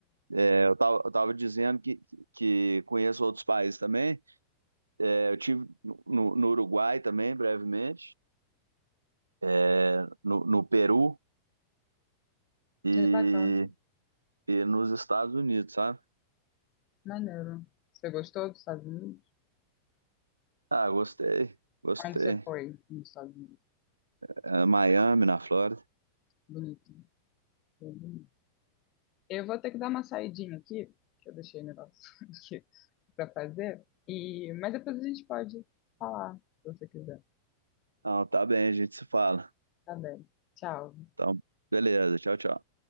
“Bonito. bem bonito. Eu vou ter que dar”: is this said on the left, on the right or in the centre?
Left